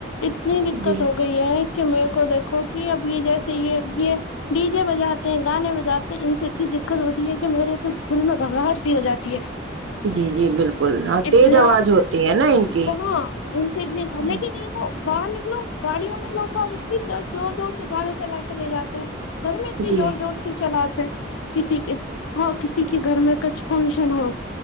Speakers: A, on the left (about 75°); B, on the right (about 75°).
A: اتنی دقت
B: جی
A: ہو گئی ہے کہ میرے کو دیکھو کہ اب یہ جیسے یہ یہ ڈیجے بجاتے ہیں گانے بجاتے ہیں ان سے اتنی دقت ہوتی ہے کہ میرے تو دل میں گھبراہٹ سی ہو جاتی ہے
B: جی جی بالکل ہاں
A: اتنا
B: تیز آواز ہوتی ہے نا ان کی
A: کہاں ان سے اتنی ک لے
B: جی
A: کی نہیں باہر نکلو گاڑیوں میں لوگ زور زور سے گانے چلا کے لے جاتے ہیں گھر میں اتنی
B: جی
A: جوور جوور چلاتے ہیں کسی کے ہاں کسی کے گھر میں کچھ فنکشن ہو